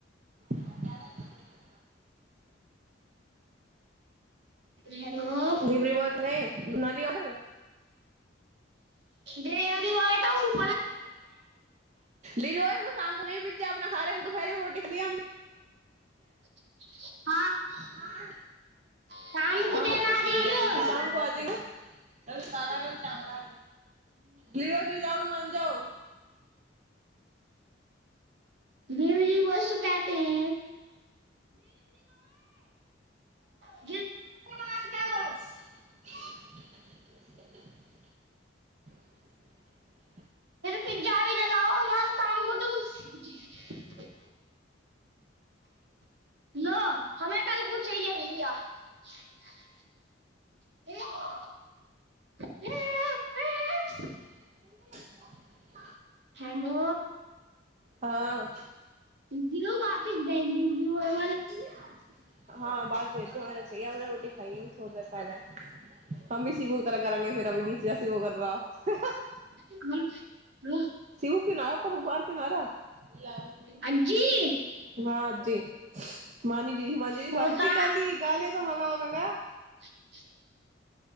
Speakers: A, on the right (about 35°); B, on the right (about 60°).
A: <unintelligible>
B: हेलो
A: डिलवरी बॉय क बनाली ऑर्डर
B: डिलिवरी बॉय त
A: ल शामगु भज अपना खा रहे द फर रोट खलिय
B: <inaudible>
A: हाँ
B: शाम को
A: हँ
B: देना
A: सग
B: आ जाइयो
A: कहथि ग काल क चंगला लेके जाओ मान जाउ
B: बी वसु क <unintelligible>
A: <unintelligible> <inaudible>
B: पीज्जा भी ने ल हमर नाम को त <unintelligible> <unintelligible> न हमे कलगू चाहिए भैया <unintelligible> <inaudible>
A: <inaudible>
B: हेलो
A: हाँ
B: द बात दी द <unintelligible>
A: हँ बाद वेध्या होना चाए अपने रोटी खाई ए थोड़ी देर पहिले <unintelligible> हमी स बो तरह कराँगे फेर अभी नीच सवो करा <unintelligible>
B: <inaudible>
A: सिवू किनारे पर उबार किनारा <unintelligible> ह
B: अज्जी
A: नाजी <inaudible> मानी जी मानाजी ज
B: तोता
A: गल दी गाल ही गाल य त मगा वगा कह <unintelligible>
B: <inaudible>